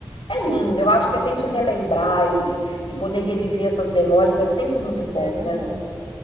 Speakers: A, on the left; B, on the right.
A: É lindo, eu
B: É,
A: acho que a gente relembrar e, e poder reviver essas memórias é sempre muito bom.
B: é verdade.